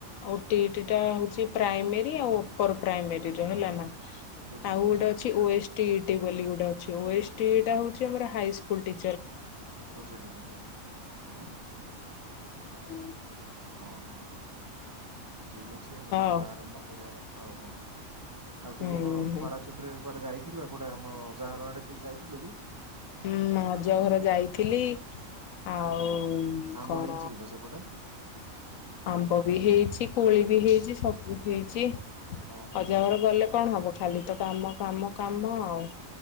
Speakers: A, on the left; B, on the right.
A: ଓ ଟି ଟି ଏଇଟା ହଉଛି ପ୍ରାଇମେରୀ ଆଉ ଉପର ପ୍ରାଇମେରୀର ହେଲା ନା।
B: ବୁଝିଲି
A: ଆଉ
B: ବୁଝିଲି
A: ଗୋଟେ ଅଛି ଓ ଏସ୍ ଇ ଟି ବୋଲି ଓ-ଏସ-ଇ-ଟି
B: ବୁଝିଲି।
A: ଟା ହଉଛି ଆମର ହାଇ ସ୍କୁଲ ଟି
B: ବୁଝିଲି ବୁଝିଲି ହଁ ହ ବୁଝିଲି ବୁଝିଲି।
A: ହ
B: ହଁ ହଁ। ଠିକ ଅଛି ଏମିତି ଆକା
A: ଆଉ।
B: ଆରମ୍ଭ କରିବା କଥା ଆଉ କଣ। ଆଉ
A: ହୁଁ
B: ଟିକେ କଣ
A: ହୁଁ
B: ଖରା ଛୁଟିରେ କୁଆଡେ ଯାଇ ଥିଲା କଉଟା ଆମ ଜାହାର ଆଡେ ଟିକେ ଯାଇଥିଲୁ କି?
A: ହୁଁ ଅଜା ଘର ଯାଇଥିଲି ଆଉ
B: ହୁଁ ଆମ୍ବ
A: କଣ
B: ହେଇଛି କିଲୋ ସେପଟେ?
A: ଆମ୍ବ ବି ହେଇଛି, କୋଳି ବି ହେଇଛି, ସବୁ ହେଇଛି।
B: ଓହୋ।
A: ଅଜା ଘରେ ଗଲେ କଣ ହବ ଖାଲି ତ କାମ କାମ କାମ ଆଉ